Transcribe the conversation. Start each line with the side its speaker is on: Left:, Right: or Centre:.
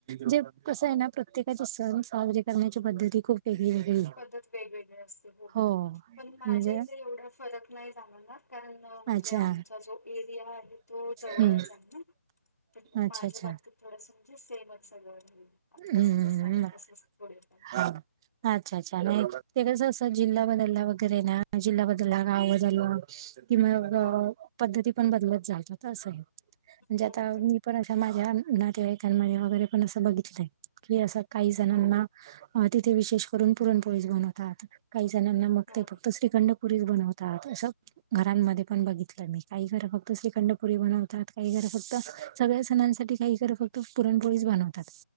Right: जे कसं आहे
Left: हो.
Right: ना प्रत्येकाचे सण साजरे करण्याच्या पद्धती खूप वेगळी वेगळी आहे,
Left: पद्धत वेगवेगळी असते
Right: हो.
Left: पण माझ्या
Right: म्हणजे,
Left: इथे एवढा फरक नाही जाणवणार कारण म्हणजे
Right: अच्छा.
Left: आमचा जो एरिया आहे तो जवळच
Right: हम्म.
Left: आहे ना. पण
Right: अच्छा
Left: माझ्या
Right: अच्छा
Left: बाबतीत थोडंस म्हणजे सेमच सगळं झालंय, आताचं
Right: हम्म
Left: जसं आहे तसंच पुढे पण.
Right: हा अच्छा अच्छा, नाही ते कसं असं जिल्हा बदलला वगैरे ना, जिल्हा बदलला गाव बदललं कि मग
Left: हो
Right: अ पद्धती पण बदलत जातात असंय, म्हणजे
Left: हो
Right: आता
Left: हो
Right: मी पण ता माझ्या नातेवाईकांमध्ये वगैरे पण असं बघितलंय, कि असं काही जणांना
Left: हा
Right: अ तिथे विशेष करून पुरणपोळीच बनवतात, काही जणांना मग
Left: हा
Right: ते फक्त श्री खंड पुरीच बनवतात, असं घरांमध्ये पण बघितलं मी, काही घरं फक्त श्रीखंडपुरी बनवतात काही घरं फक्त सगळ्या सणांसाठी काही घरं फक्त पुरणपोळीच बनवतात,